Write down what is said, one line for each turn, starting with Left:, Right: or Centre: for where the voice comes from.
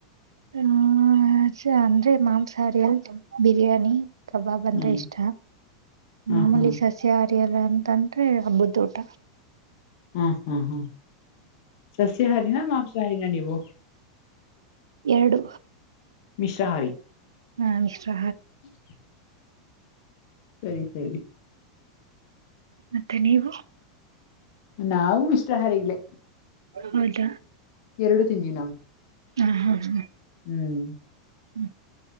Right: ಹ ಅಂದ್ರೆ ಮಾಂಸ <inaudible> ಬಿರಿಯಾನಿ ಕಬಾಬ್ ಅಂದ್ರೆ
Left: ಹ್ಮ್
Right: ಇಷ್ಟ
Left: ಹ್ಮ
Right: ಮಾಮೂಲಿ
Left: ಹ್ಮ್
Right: ಸಸ್ಯ ಲ್ಲ ಅಂತಂದ್ರೆ ಹಬ್ಬದಊಟ
Left: ಹಾ ಹಾ ಹಾ ಸಸ್ಯಾಹಾರನಾ ಮಾಂಸಾಹಾರಿನ ನೀವು
Right: ಎರಡು
Left: ಮಿಸ್ರಹಾರಿ
Right: ಹ ಮಿಶ್ರ
Left: ಹ್ಮ್ ಸರಿ ಸರಿ
Right: ಮತ್ತೆ ನೀವು
Left: ನಾವವು ಇಷ್ಟ್ರ ಹಾರಿಗ್ಲೆ
Right: ಹೌದಾ
Left: ಎರಡು ತಿಂದ್ವಿ ನಾವು
Right: ಹ್ಮ ಹಾ ಹಾ
Left: ಹ್ಮ್
Right: ಹ್ಮ್